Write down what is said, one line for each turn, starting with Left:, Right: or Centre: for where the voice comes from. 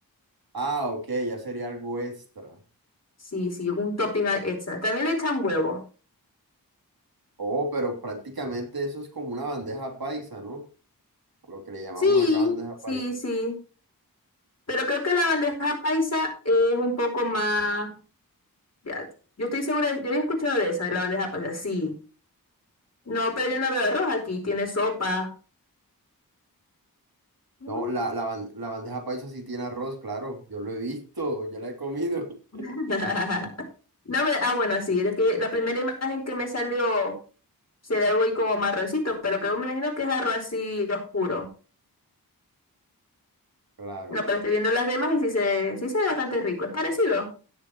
Right: Ah, ok, ya sería algo extra.
Left: Sí, sí, un topping a- extra. También le echan huevo.
Right: Oh, pero prácticamente eso es como una bandeja paisa, ¿no? A lo que le llamamos
Left: Sí,
Right: acá bandeja
Left: sí,
Right: paisa.
Left: sí. Pero creo que la bandeja paisa es un poco más... ya, yo estoy segura, yo había escuchado de esa, de la bandeja paisa. Sí. No, pero yo no veo arroz aquí, tiene sopa. Mm.
Right: No, la, la, ban- la bandeja paisa sí tiene arroz, claro. Yo lo he visto, ya la he comido. <laughs>
Left: <laughs> No, ve- ah, bueno, sí, es que la primera imagen que me salió sería algo ahí como marroncito, pero creo, me imagino que es arroz así oscuro.
Right: Claro.
Left: No, pero estoy viendo las demás y sí se, ve- sí se ve bastante rico. Es parecido.